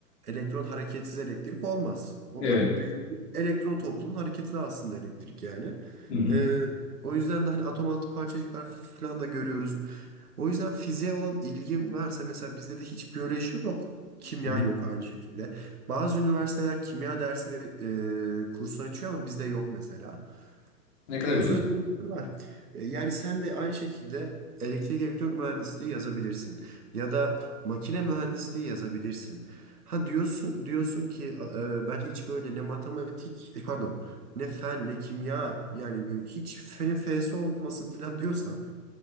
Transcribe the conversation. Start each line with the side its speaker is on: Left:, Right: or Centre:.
Right: elektron hareketsiz elektrik olmaz. Onların
Left: Evet.
Right: büyük elektron toplumunun hareketi de aslında elektrik yani.
Left: Hı hı.
Right: E, o yüzden de hani atom altı parçacıklar falan da görüyoruz. O yüzden fiziğe olan ilgin varsa mesela bizde de hiç biyoloji yok. Kimya
Left: Hı hı.
Right: yok aynı şekilde. Bazı üniversiteler kimya dersi ve e, kursu açıyor ama bizde yok mesela.
Left: Ne kadar
Right: Yani
Left: güzel.
Right: böyle durumlar var. E, yani sen de aynı şekilde elektrik elektronik mühendisliği yazabilirsin. Ya da makine mühendisliği yazabilirsin. Ha diyorsun diyorsun ki e, ben hiç böyle ne matematik e, pardon ne fen ne kimya yani böyle hiç fenin fesi olmasın falan diyorsan